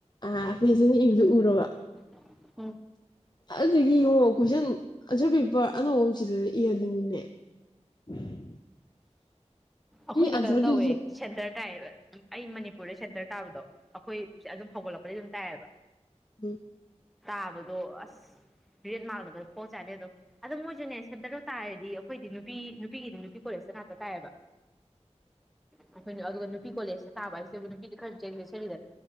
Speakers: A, on the left; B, in the centre.
A: ꯑꯥ ꯄꯦꯁꯤꯟꯅ ꯏꯕꯖꯦ ꯎꯔꯕ
B: <unintelligible>
A: ꯑꯗꯨꯗꯨꯒꯤꯉꯣ ꯀꯣꯏꯁꯟ ꯑꯟꯁꯔ ꯄꯦꯄꯔ ꯑꯅꯧꯕꯃ ꯁꯤꯟꯂ ꯏꯍꯜꯂꯤꯅꯤꯅꯦ ꯎꯝ
B: ꯑꯩꯈꯣꯏꯗꯤ
A: ꯑꯟꯁꯔꯗꯨꯁꯨ
B: ꯀꯩꯅꯣꯝ ꯇꯧꯋꯦ ꯁꯦꯟꯇꯔ ꯇꯥꯏꯕ ꯑꯩ ꯃꯅꯤꯄꯨꯔꯗ ꯁꯦꯟꯇꯔ ꯇꯥꯕꯗꯣ ꯑꯩꯈꯣꯏꯦ ꯑꯗꯨꯝ ꯍꯧꯒꯠꯂꯛꯄꯗꯤ ꯑꯗꯨꯝ ꯇꯥꯏꯌꯦꯕ
A: ꯎꯝ
B: ꯇꯥꯕꯗꯣ ꯑꯁ ꯔꯦꯠ ꯃꯥꯡꯂꯒꯅ ꯈꯣꯡ ꯆꯥꯅꯤ ꯑꯗꯨꯝ ꯑꯗꯣ ꯃꯣꯏꯁꯨꯅꯦ ꯁꯦꯟꯇꯔꯣ ꯇꯥꯔꯗꯤ ꯑꯩꯈꯣꯏꯗꯤ ꯅꯨꯄꯤ ꯅꯨꯄꯤꯒꯤꯗꯤ ꯅꯨꯄꯤ ꯀꯣꯂꯦꯖꯇ ꯉꯥꯛꯇ ꯇꯥꯏꯌꯦꯕ ꯑꯩꯈꯣꯏꯅ ꯑꯗꯨꯒ ꯅꯨꯄꯤ ꯀꯣꯂꯦꯖꯇ ꯇꯥꯕ ꯍꯥꯏꯁꯤꯦꯕꯨ ꯅꯨꯄꯤꯗ ꯈꯔꯁꯨ ꯁꯦꯔꯤꯗ